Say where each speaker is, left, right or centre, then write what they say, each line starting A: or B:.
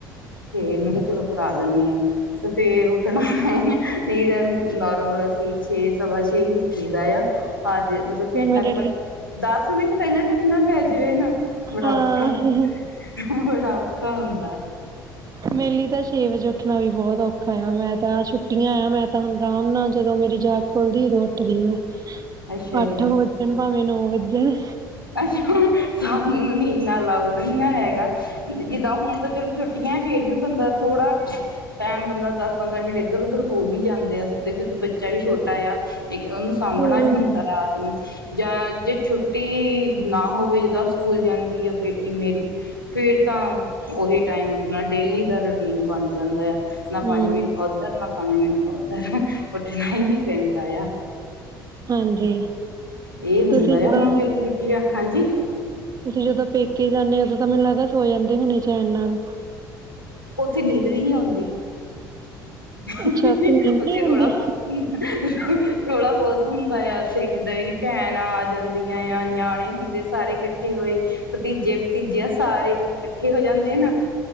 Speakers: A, on the left; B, on the right.
A: ਤੇ ਮੈਂ ਕਿਹਾ ਚਲੋ ਕਰਾ ਦਿੰਨੀ ਆ। ਤੇ ਫੇਰ ਉੱਠਣਾ ਹੈ ਨਹੀਂ ਤਾਂ ਨੋਰਮਲ ਅਸੀਂ ਛੇ ਸਵਾ ਛੇ ਹੀ ਉੱਠੀ ਦਾ ਆ। ਅਜ ਮਤਲਬ ਘੰਟਾ
B: ਮੇਰੇ
A: ਕੁ ਪਹਿ
B: ਲਈ
A: ਦਸ ਮਿੰਟ ਪਹਿਲਾਂ ਵੀ ਉੱਠਣਾ ਪੈ ਜਾਵੇ ਨਾ ਬੜਾ
B: ਹਾਂ
A: ਔਖਾ ਹੁੰ ਬੜਾ ਔਖਾ ਹੁੰਦਾ।
B: ਮੇ ਲਈ ਤਾਂ ਛੇ ਵਜੇ ਉੱਠਣਾ ਵੀ ਬਹੁਤ ਔਖਾ ਆ ਮੈਂ ਤਾਂ ਛੁੱਟੀਆਂ ਆ ਮੈਂ ਤਾਂ ਹੁਣ ਆਰਾਮ ਨਾਲ ਜਦੋਂ ਮੇਰੀ ਜਾ ਖੁੱਲਦੀ ਉਦੋਂ ਉੱਠਦੀ ਮੈਂ
A: ਅੱਛਾ
B: ਅੱਠ
A: ਜੀ
B: ਵੱਜਣ ਭਾਵੇਂ ਨੌ ਵੱਜਣ
A: ਅੱਛੁ ਸਾਨੂੰ ਨੀ ਨਾ ਹੈਗਾ। ਜਿੱਦਾਂ ਹੁਣ ਤਾਂ ਚਲੋਂ ਛੁੱਟੀਆਂ ਆ, ਫੇਰ ਵੀ ਬੰਦਾ ਥੋੜਾ ਟੈਮ ਬੰਦਾ ਦਸ ਪੰਦਰਾਂ ਮਿੰਟ ਇੱਧਰ ਉਧਰ ਹੋਰ ਵੀ ਜਾਂਦੇ ਆ ਸੁੱਤੇ ਕਿਉਂਕਿ ਬੱਚਾ ਵੀ ਛੋਟਾ ਆ। ਉਹਨੂੰ ਸਾਂਭਣਾ
B: ਹੂੰ
A: ਵੀ ਹੁੰਦਾ ਰਾਤ ਨੂੰ, ਜਾਂ ਜੇ ਛੁੱਟੀ ਟੀ ਨਾ ਹੋਵੇ, ਜਿੱਦਾਂ ਸਕੂਲ ਜਾਂਦੀ ਐ ਬੇਟੀ ਮੇਰੀ ਫੇਰ ਤਾਂ ਉਹੀ ਟਾਈਮ ਉੱਠਣਾ ਡੇਲੀ ਦਾ ਰੂਟੀਨ ਬਣ ਜਾਂਦਾ ਆ। ਨਾ
B: ਹੂੰ
A: ਪੰਜ ਮਿੰਟ ਉਧਰ ਨਾ ਪੰਜ ਮਿੰਟ ਉਧਰ ਉੱਠਣਾ ਹੀ ਪੈਂਦਾ ਆ।
B: ਹਾਂਜੀ
A: ਇਹ ਹੁੰਦਾ
B: ਤੁਸੀਂ ਜਦੋਂ
A: ਆ ਹੁਣ ਚਲੋ ਛੁੱਟੀ ਆ, ਹਾਂਜੀ
B: ਤੁਸੀਂ ਜਦੋਂ ਪੇਕੇ ਜਾਂਦੇ ਹੋ ਉਦੋਂ ਤਾਂ ਮੈਨੂੰ ਲੱਦਾ ਸੋ ਜਾਂਦੇ ਹੁਣੇ ਚੈਨ ਨਾਲ।
A: ਉੱਥੇ ਨੀਂਦ ਵੀ ਨਹੀਂ ਆਉਂਦੀ।
B: ਅੱਛਾ
A: ਉਹ
B: ਉੱਥੇ ਨੀਂਦ
A: ਤੇੇ
B: ਨੀ
A: ਰੌਲਾ
B: ਆਉਂਦੀ
A: ਬਹੁਤ ਹ ਰੋਲਾ ਬਹੁਤ ਹੁੰਦਾ ਆ ਛ ਜਿੱਦਾਂ ਮਰੀ ਭੈਣ ਆ ਜਾਂਦੀਆਂ ਆ ਨਿਆਣੇ ਹੁੰਦੇ ਸਾਰੇ ਇਕੱਠੇ ਹੋਏ ਭਤੀਜੇ-ਭਤੀਜਆਂ ਸਾਰੇ ਮਤਲਬ ਇਕੱਠੇ ਹੋ ਜਾਂਦੇ ਆ ਨਾ।